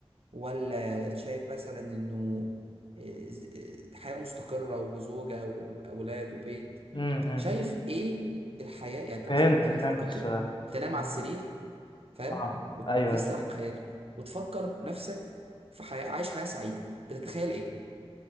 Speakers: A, on the right; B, on the left.
A: ولا شايف مثلا انه إيه، ز- آه، حياة مستقرة وزوجة واولاد وبيت
B: امم
A: شايف ايه الحياة يعني انت
B: فهمت
A: مثلا لما تيجي
B: فهمت
A: تفكر
B: السؤال
A: كده تنام
B: فهمت.
A: على السرير فاهم
B: اه
A: وتسرح
B: ايوه ايوه
A: بخيالك وتفكر نفسك في حي... عايش حياة سعيدة بتتخيل ايه